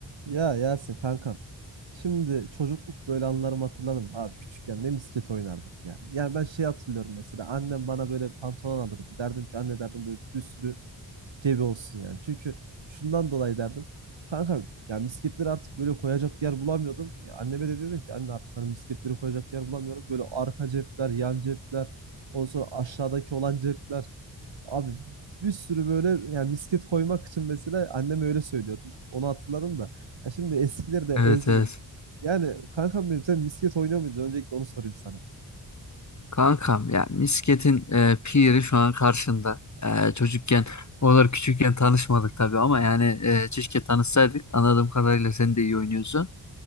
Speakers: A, on the right; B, on the left.
A: Ya Yasin kankam. Şimdi çocukluk böyle anılarımı hatırladım. Abi küçükken ne misket oynardık ya. Yani ben şey hatırlıyorum mesela. Annem bana böyle pantolon alırdı. Derdim ki anne derdim böyle bir sürü cebi olsun yani. Çünkü şundan dolayı derdim. Kanka ya misketleri artık böyle koyacak yer bulamıyordum. Ya anneme de diyordum ki anne artık hani misketleri koyacak yer bulamıyorum. Böyle arka cepler, yan cepler, ondan sonra aşağıdaki olan cepler. Abi bir sürü böyle yani misket koymak için mesela annem öyle söylüyordu. Onu hatırladım da. Ya şimdi eskileri de
B: Evet
A: özledim.
B: evet.
A: Yani kankam benim sen misket oynuyor muydun? Öncelikle onu sorayım sana.
B: Kankam ya misketin e, piri şu an karşında. E, çocukken oralar küçükken tanışmadık tabii ama yani e, keşke tanışsaydık. Anladığım kadarıyla sen de iyi oynuyorsun.